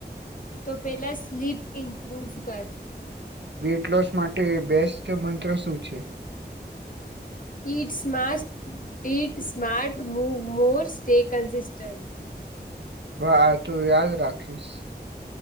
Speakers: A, on the left (about 50°); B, on the right (about 80°).
A: તો પેલા સ્લીપ ઇમ્પ્રુવ કર.
B: વેઇટ લોસ માટે બેસ્ટસ્ટ મંત્ર શું છે?
A: Eat smart eat smart move more stay consistent
B: હ તું યાદ રાખીશ.